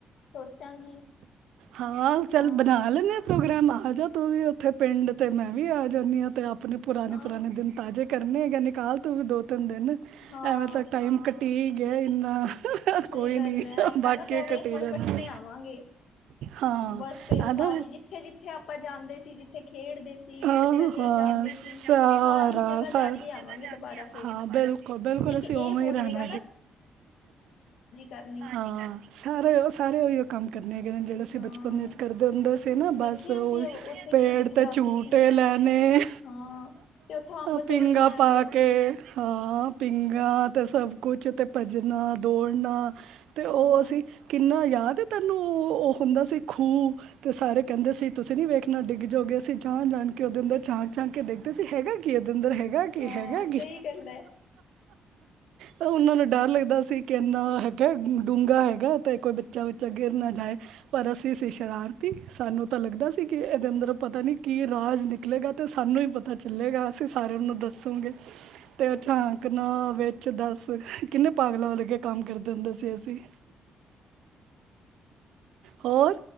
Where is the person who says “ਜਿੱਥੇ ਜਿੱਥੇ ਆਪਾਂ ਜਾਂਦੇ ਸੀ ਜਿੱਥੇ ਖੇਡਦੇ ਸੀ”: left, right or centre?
Left